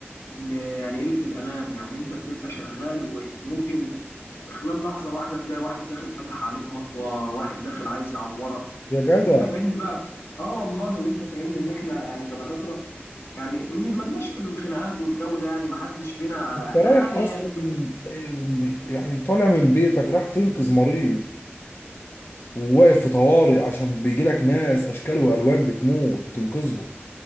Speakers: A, on the left (about 90°); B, on the left (about 60°).
A: ان يعني قله الامان يعني انت بتبقى شغال وممكن في خلال لحظه واحده تلاقي واحد داخل فاتح عليك مطوه واحد داخل عايز يعورك
B: يا جدع
A: وانت فاهمني بقى اه والله وانت فاهمني ان احنا يعني كدكاتره يعني م- ملناش في الخناقات والجو ده يعني ما حدش فينا
B: انت
A: احنا
B: رايح
A: يعني
B: اصلا
A: كل-
B: آه، يعني طالع من بيتك راح تنقذ مريض وواقف في طوارئ عشان بيجي لك ناس اشكال والوان بتموت بتنقذهم